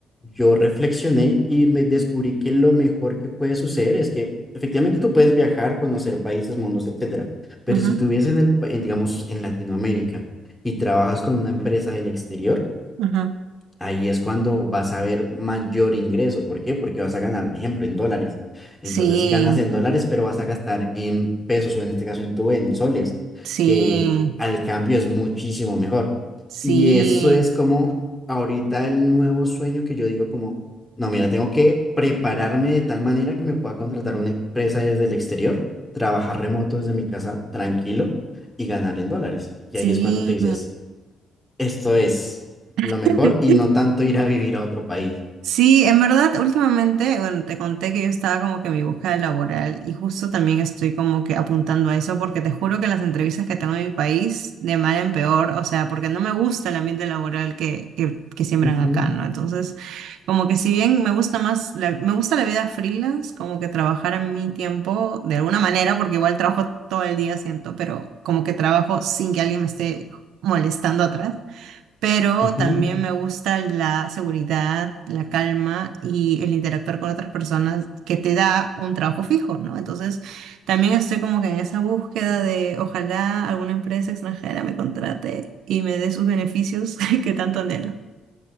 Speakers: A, in the centre; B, on the right (about 80°).
A: yo reflexioné y me descubrí que lo mejor que puede suceder es que efectivamente tú puedes viajar, conocer países, mundos, etcétera. Pero
B: Ajá,
A: si tú vives en el, pa- en, digamos, en Latinoamérica y trabajas con una empresa del exterior,
B: ajá.
A: ahí es cuando vas a ver mayor ingreso. ¿Por qué? Porque vas a ganar, ejemplo, en dólares. Entonces
B: Sí,
A: ganas en dólares, pero vas a gastar en pesos o en este caso en tu en soles,
B: sí,
A: que al cambio es muchísimo mejor.
B: sí,
A: Y eso es como ahorita el nuevo sueño que yo digo como, no, mira, tengo que prepararme de tal manera que me pueda contratar una empresa desde el exterior, trabajar remoto desde mi casa tranquilo y ganar en dólares. Y
B: sí.
A: ahí es cuando te dices esto es lo
B: <laughs>
A: mejor y no tanto ir a vivir a otro país.
B: Sí, en verdad, últimamente, bueno, te conté que yo estaba como que en mi búsqueda laboral y justo también estoy como que apuntando a eso porque te juro que las entrevistas que tengo en mi país, de mal en peor, o sea, porque no me gusta el ambiente laboral que, que, que siembran
A: Ujú,
B: acá, ¿no? Entonces, como que si bien me gusta más, la- me gusta la vida freelance, como que trabajar a mi tiempo de alguna manera, porque igual trabajo todo el día, siento, pero como que trabajo sin que alguien me esté molestando atrás pero
A: ujú.
B: también me gusta la seguridad, la calma y el interactuar con otras personas que te da un trabajo fijo, ¿no? Entonces, también estoy como que en esa búsqueda de ojalá alguna empresa extranjera me contrate y me dé sus beneficios <laughs> que tanto anhelo.